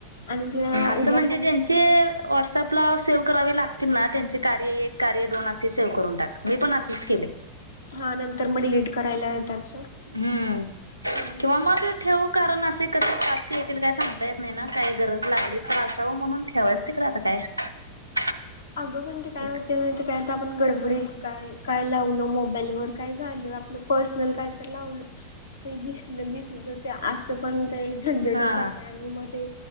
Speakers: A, on the left; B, on the right.
A: आणि तिला
B: असं
A: उद्या
B: म्हणजे
A: कॉल
B: ज्यांचे
A: करते
B: वॉट्सअपला सेव करावे लागतील ना त्यांचे कार्य एक कार्य दोन असे सेव्ह करून टाक मी पण असेच केले.
A: हा नंतर मग डिलीट करायला येतात सोड
B: हम्म
A: हा
B: किंवा मग ठेवू कारण असे कसे टास्क येतील काय सांगता येत नाही ना काय गरज लागली तर असावं म्हणून ठेवायच तिकडे आता काय. <unintelligible>
A: अगं पण ते काय
B: एक
A: होते मग ते काय आपण गडबडीत काय काय लावलं मोबाईल वर काय झालं आपलं पर्सनल काय तर लावलं. ते दिसलं दिसलं तर ते असं पण काही झंझटच
B: हा
A: आहे आणि मग ते